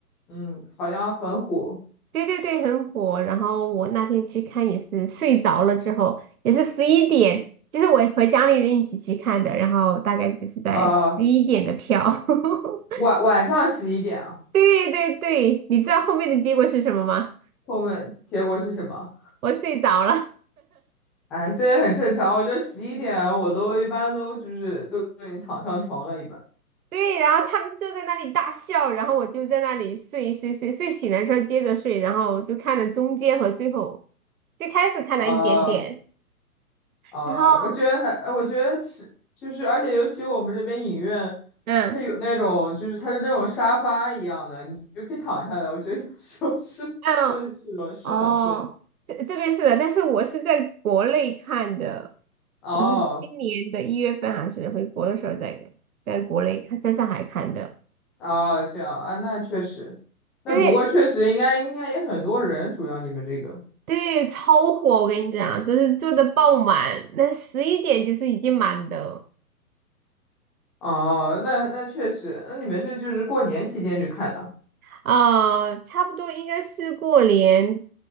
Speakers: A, in the centre; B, on the right.
A: 嗯，好像很火。
B: 对对对，很火。然后我那天去看也是睡着了之后，也是十一点，就是我和家里人一起去看的，然后大概就是在十一点的票。
A: 呃，
B: <laughs>
A: 晚晚上十一点啊，
B: 对对对，你知道后面的结果是什么吗？
A: 后面结果是什么？
B: 我睡着了。
A: 哎，这也很正常。我觉得十一点我都一般都就是都已经躺上床了，一般。
B: 对，然后他们就在那里大笑，然后我就在那里睡睡睡睡醒了之后接着睡，然后就看了中间和最后，最开始看了一点点，
A: 啊。哦，
B: 然后
A: 我觉得还，呃我觉得是，就是，而且尤其我们这边影院，
B: 嗯
A: 它有那种，就是它是那种沙发一样的，你就可以躺下来。我觉得有 <laughs> 时候是是是有是想睡的。
B: 嗯哦是这边是的，但是我是在国内看的，
A: 哦
B: 我是今年的一月份还是回国的时候在在国内看，在上海看的，
A: 哦，这样啊，那确实，那不过确实应该应该也很多人，
B: 对
A: 主要你们这个。
B: 对，超火，我跟你讲，都是坐的爆满，那十一点就是已经满的。
A: 哦，那那确实，那你们是就是过年期间去看的，
B: 啊，差不多应该是过年